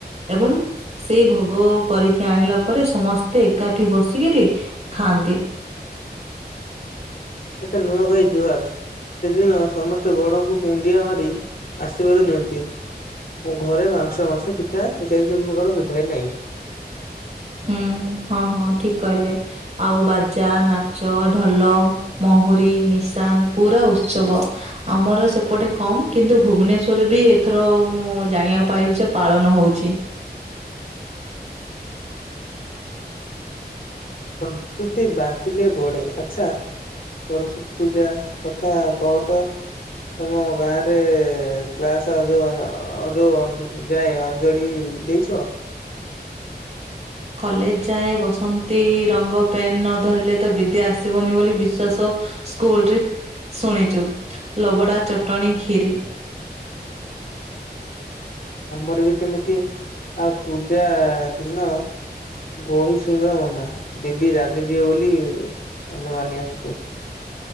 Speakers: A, on the right; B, on the left.
A: ଏବଂ ସେଇ ଭୋଗ କରିକି ଆଣିଲା ପରେ ସମସ୍ତେ ଏକାଠି ବସିକିରି। ଖାଆନ୍ତି।
B: ଆଚ୍ଛା ନୂଆଖାଇ ଜୁହାର। ସେଦିନ ସମସ୍ତେ ବଡଙ୍କୁ ମୁଣ୍ଡିଆ ମାରି ଆଶୀର୍ବାଦ ନିଅନ୍ତି। ଘରେ ମାଂସ ମାସ ପିଠା ଇତ୍ୟାଦି ସବୁ ପ୍ରକାର ହୋଇଥାଏ ନାଇଁ।
A: ହୁଁ ହଁ ହଁ ଠିକ କହିଲେ ଆଉ ବାଜା ନାଚ ଢଲ ମହୁରୀ, ନିଶାନ ପୁରା ଉତ୍ସବ। ଆମର ସେପଟେ କମ କିନ୍ତୁ ଭୁବନେଶ୍ଵରରେ ବି ଏଥର ମୁଁ ଜାଣିବାକୁ ପାଇଲିି ଯେ ପାଳନ ହଉଛି।
B: ସଂସ୍କୃତି ବାଣ୍ଟିଲେ ବଢେ, ଆଚ୍ଛା ସରସ୍ଵତୀ ପୂଜା କଥା କହ ତ ତମ ଗାଁରେ କ୍ଲାସ <inaudible> ଯାଏ ଅଞ୍ଜଳି ଦେଇଛ।
A: କଲେଜ ଯାଏ ବସନ୍ତି ରଙ୍ଗ ପେନ୍ ଧରିଲେ ତ ବିଦ୍ୟା ଆସିବନି ବୋଲି ବିଶ୍ଵାସ ସ୍କୁଲରେ ଶୁଣିଛୁ ଲବଡ଼ା, ଚଟଣୀ, କ୍ଷୀରି।
B: ଆମର ବି ସେମିତି ଆଉ ପୂଜା ଦିନ ବହି ଛୁଇଁବା ମନା, ଦେବୀ ରାଗିଯିବେ ବୋଲି ଆମେ ମାନି ଆସୁଚୁ